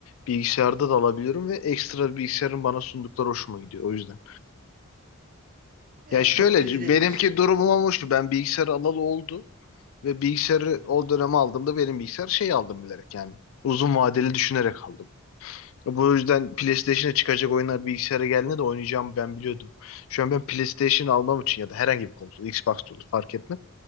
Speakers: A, on the left; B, on the right.
A: bilgisayarda da alabiliyorum ve ekstra bilgisayarın bana sundukları hoşuma gidiyor o yüzden.
B: Ya
A: Yani şöyle
B: kabul edilebilir.
A: c- benimki durumum
B: Kabul.
A: ama hoştu. Ben bilgisayarı alalı oldu ve bilgisayarı
B: Hı hı,
A: o döneme aldığımda benim bilgisayar şey aldım bilerek yani. Uzun vadeli düşünerek aldım. Bu
B: hı hı.
A: yüzden PlayStation'a çıkacak oyunlar bilgisayara geldiğinde de oynayacağımı ben biliyordum. Şu an ben PlayStation almam için ya da herhangi bir konsol, Xbox da olur fark etmez.